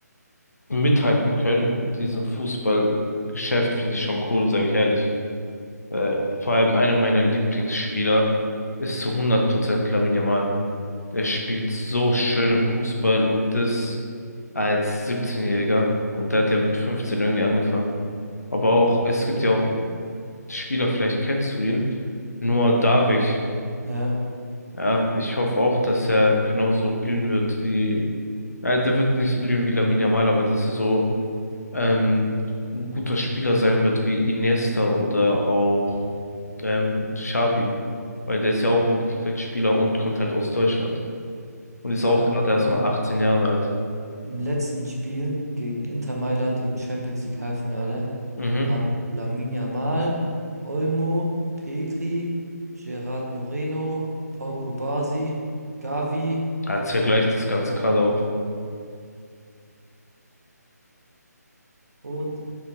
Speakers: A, on the left (about 65°); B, on the right (about 65°).
A: mithalten können. in Diesem Fußballgeschäft finde ich schon cool, sage ich ehrlich. Äh, vor allem einer meiner Lieblingsspieler ist zu hundert Prozent Lamine Yamal. Der spielt so schön im Fußball und das als 17-Jähriger. Und der hat ja mit 15 irgendwie angefangen. Aber auch, es gibt ja auch Spieler, vielleicht kennst du ihn, Noah Davich.
B: Ja,
A: Ja, ich hoffe auch, dass er genauso blühen wird wie, ja, der wird nicht blühen wie Lamine Yamal, aber dass er so ähm, ein guter Spieler sein wird wie Iniesta oder auch ähm, Xavi. Weil der ist ja auch ein Mittelfeldspieler und kommt halt aus Deutschland. Und ist auch
B: ja,
A: gerade
B: guck
A: erst
B: mal.
A: mal 18 Jahre alt.
B: Im letzten Spiel gegen Inter Mailand im Champions League Halbfinale
A: Mhm.
B: haben Lamine Yamal, Olmo, Petri, Gerard Moreno, Pau Cubarsí, Gavi
A: Jetzt vergleicht das Ganze gerade auf.
B: und,